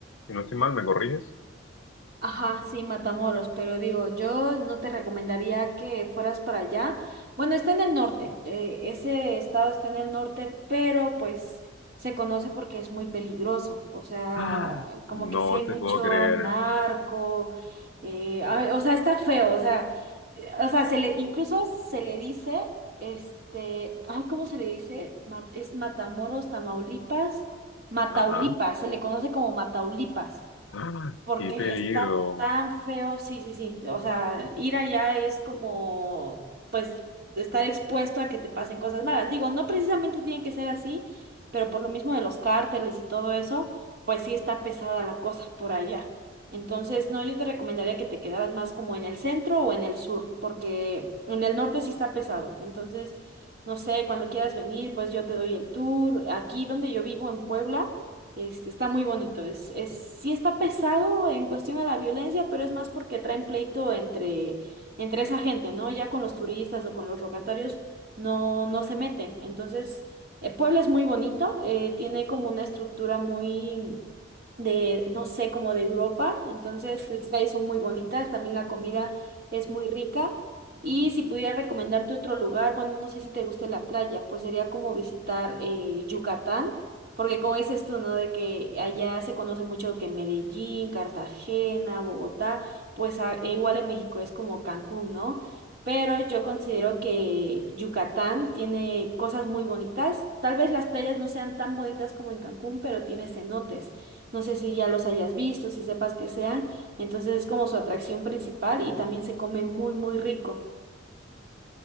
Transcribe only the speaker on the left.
si no estoy mal, ¿me corriges?
Ah,
no
te puedo creer.
Ajá.
Ah,
qué peligro.